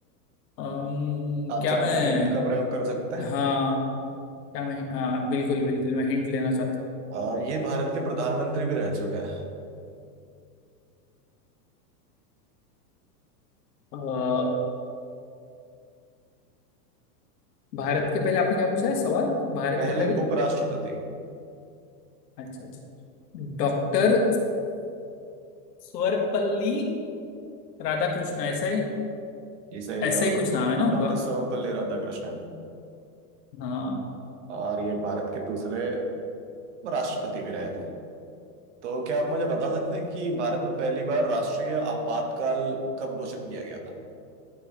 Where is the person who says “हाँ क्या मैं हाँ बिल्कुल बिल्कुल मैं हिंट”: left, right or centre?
Left